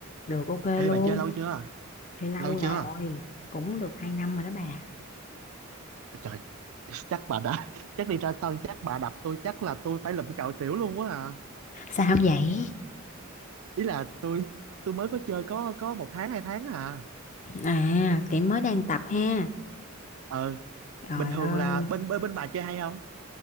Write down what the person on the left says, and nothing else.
được ok
luôn
thì lâu
rồi cũng được 2 năm rồi đó bà
sao vậy
à chị mới đang tập ha
trời
ơi